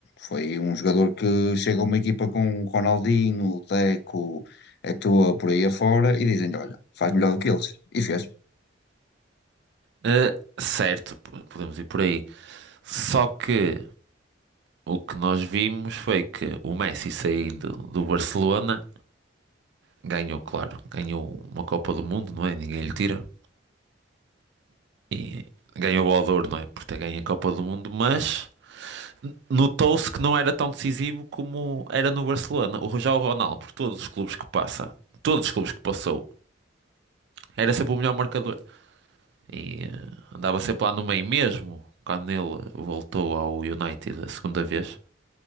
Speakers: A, on the left; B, on the right.
A: Foi um jogador que chega a uma equipa com o Ronaldinho, o Deco, Eto'o, por aí afora, e dizem-lhe, olha, faz melhor do que eles. E fez.
B: Ah, certo, p- podemos ir por aí. Só que o que nós vimos foi que o Messi saindo do Barcelona ganhou, claro, ganhou uma Copa do Mundo, não é? Ninguém lhe tira. E ganhou o Bola de Ouro, não é? Por ter ganho a Copa do Mundo, mas. No Toulouse que não era tão decisivo como era no Barcelona. O já o Ronaldo, por todos os clubes que passa, todos os clubes que passou, era sempre o melhor marcador. E eh, andava sempre lá no meio mesmo, quando ele voltou ao United a segunda vez.